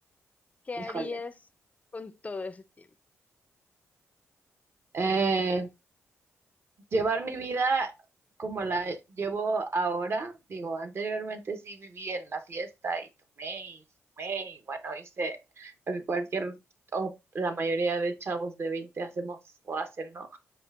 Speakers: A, on the left (about 25°); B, on the right (about 45°).
A: ¿Qué
B: híjole.
A: harías con todo ese tiempo?
B: Eh, Llevar mi vida como la llevo ahora, digo, anteriormente sí viví en la fiesta y tomé y fumé y bueno, hice lo que cualquier o la mayoría de chavos de 20 hacemos o hacen, ¿no?